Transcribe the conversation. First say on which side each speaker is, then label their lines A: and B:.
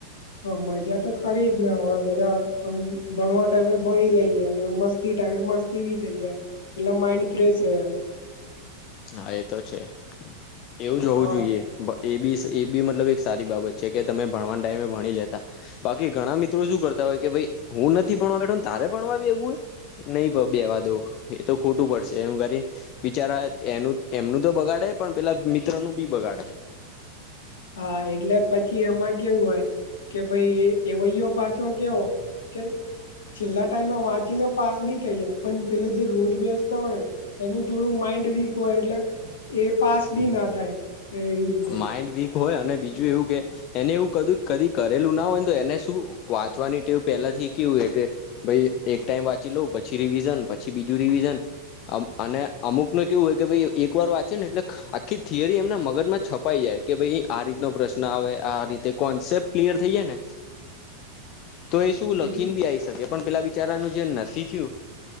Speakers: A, on the left; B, on the left.
A: હ મજા તો ખરી જ ને હવે બધા આમ ભણવા ટાઈમે ભણી લઈએ, અને મસ્તી ટાઈમે મસ્તી વી થઈ જાય એટલે માઈન્ડ ફ્રેશ રહ્યા
B: હા એ તો છે, એવું જ હોવું
A: હા
B: જોઈએ. એ બી એ બી મતલબ એક સારી બાબત છે, કે તમે ભણવાન ડાઈમે ભણી લેતા બાકી ઘણા મિત્રો શું કરતા હોય, કે ભાઈ હું નથી ભણવા બેઠ તારે ભણવા એવું હે. નહી ભ બેવા દો એ તો ખોટું પડશે એ કરી બિચારા એનું એમનું તો બગાડે પણ પેલા મિત્રનું બી બગાડે
A: હા, એટલે પછી એમાં કેવું હોય કે ભાઈ એવયો પાછો. જો કેવ કે છેલ્લા ટાઈમ વાંચીને પાસ બી થઈ, જયા પણ પેલો જે રોજ બેસતો હોય ને એનું થોડું માઈન્ડ વીક હોય એટલે એ પાસ બી ના થાય. એવી રીતે
B: માઇન્ડ વીક હોય, અને બીજું એવું કે એને એવું ક કદી કરેલું ના હોય, ને તો એને શું વાંચવાની ટેવ પહેલા થી કેવું હ કે ભાઈ એક ટાઈમ વાંચી લોઉ પછી રિવિઝન પછી બીજું રિવિઝન અને અમુક ન કેવું હોય કે ભાઈ એક વાર વાચે ને એટલે આખી થથીયરી એમના મગજમાં કપાઈ જાય કે ભાઈ આ રીતનો પ્રશ્ન આવે આ રીતે કોન્સેપ્ટ ક્લિયર થઈ જાય ને. તો એ શું લખીને
A: એટલું
B: બી આવીઈ શકે પણ પેલા બિચારાનું જે નથી થયું,